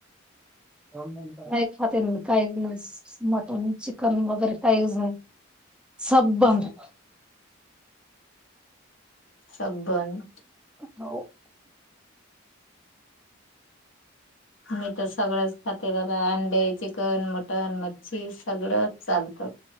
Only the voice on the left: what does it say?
सब बंद.
मी तर सगळंच खाते बाबा. अंडे, चिकन, मटन, मच्छी सगळंच चालत.